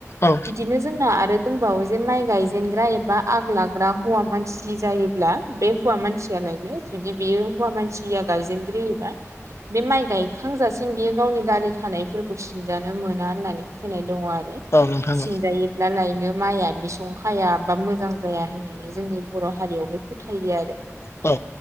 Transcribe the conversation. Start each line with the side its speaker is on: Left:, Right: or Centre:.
Left: औ
Right: बिदिनो जोंना आरो दंबावो जे माइ गायजेनग्रा एबा आग लाग्रा हौवा मानसि जायोब्ला बे हौवा मानसियालायनो जुदि बेयो हौवा मानसिया गायजेनग्रोयोबा बे माइ गायखांजासिम बियो गावनि दालि खानायफोरखौ सिनजानो मोना होननानै होनाय दङ आरो
Left: औ नोंथां
Right: सिनजायो गला लायनो माइया बिसं खायाबा मोजां जाया होननानै माने जोंनि बर' हारियावहाय फोथायो आरो
Left: औ